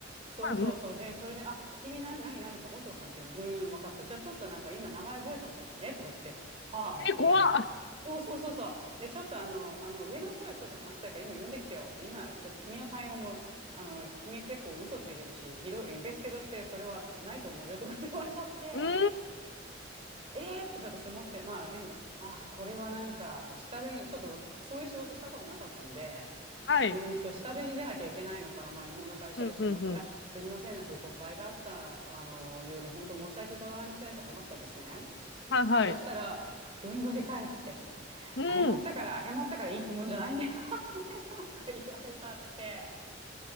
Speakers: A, on the right (about 30°); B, on the left (about 65°).
A: そうそうそう。
B: ああ、うん。
A: で、それで、あ、君何、何、何さん、お嬢さんっていうの、ふーん、分かった。じゃあちょっとなんか今名前覚えちゃったからね、とか言って、はあ、
B: え、
A: みたいな。
B: 怖っ。
A: そうそうそうそう。で、ちょっとあの、あの、上の人でちょっと話したいから今呼んできてよって、今ちょっと君の対応もあの、君結構嘘ついてるし、ひどい、受付としてそれはないと思うよとかって言われちゃって、
B: うーん。
A: えーとか私思って、まあでも、あ、これはなんか、下手に、ちょっとわそういう仕事したことなかったので、
B: はい。
A: うーんと、下手に出なきゃいけないのから、まあ日本の会社だしと思って、
B: うん。うん。うん。
A: あ、すみません、なんか誤解があった、あの、ようで、本当申し訳ございませんって謝ったんですね。
B: はい。はい。
A: そしたら、ふんぞり返って、
B: うん。
A: 謝ったから、謝ったからいいってもんじゃないね、<laughs> なんか言われちゃって。